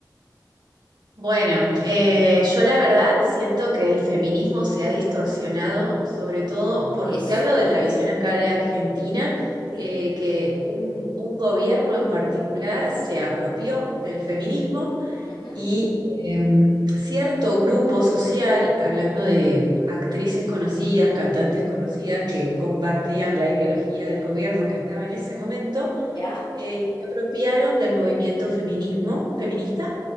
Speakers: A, on the right (about 75°); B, on the left (about 85°).
A: Bueno, eh, yo la verdad siento que el feminismo se ha distorsionado, sobre todo por,
B: Eso,
A: te hablo de la visión acá de Argentina,
B: ¿sí?
A: eh, que un, un gobierno en particular se apropió del feminismo
B: Ujú,
A: y em, cierto grupo social, hablando de actrices conocidas, cantantes conocidas que compartían la ideología del gobierno que estaba en ese momento,
B: ¿Ya?
A: eh, se apropiaron del movimiento feminismo, feminista